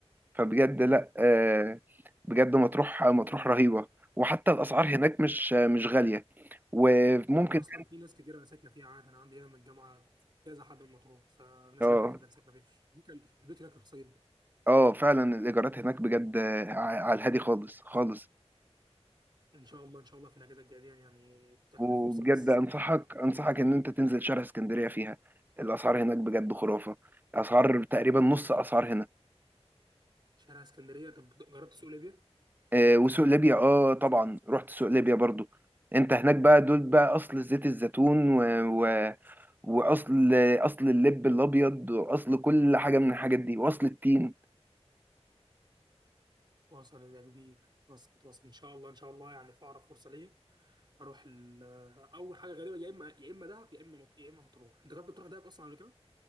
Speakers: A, on the right; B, on the right.
A: فبجد لا آه، بجد مطروح مطروح رهيبة وحتى الأسعار هناك مش مش غالية وممكن
B: هو اصلا في ناس كتير انا ساكنه فيها عادي انا عندي هنا من الجامعه كذا حد من مطروح فناس
A: اه
B: كتيره جدا ساكنه فيها البيت البيوت هناك رخيصه جدا
A: اه فعلا الإيجارات هناك بجد آه، ع- على الهادي خالص خالص
B: ان شاء الله ان شاء الله في الاجازه الجايه دي يعني تتاح
A: وبجد
B: لي الفرصه بس
A: انصحك
B: أروح
A: انصحك ان انت تنزل شارع اسكندريه فيها الاسعار هناك بجد خرافه اسعار تقريبا نص اسعار هنا
B: شارع اسكندريه طب جربت سوق ليبيا
A: آه وسوق ليبيا اه طبعا رحت سوق ليبيا برضو انت هناك بقى دول بقى اصل زيت الزيتون و... و... واصل اصل اللب الابيض واصل كل حاجه من الحاجات دي واصل التين
B: واصل يا كبير واصل واصل ان شاء الله ان شاء الله يعني في اقرب فرصه ليا اروح ال- اول حاجه غريبه يا اما يا اما دهب يا اما مط- يا اما مطروح انت جربت تروح دهب اصلا قبل كده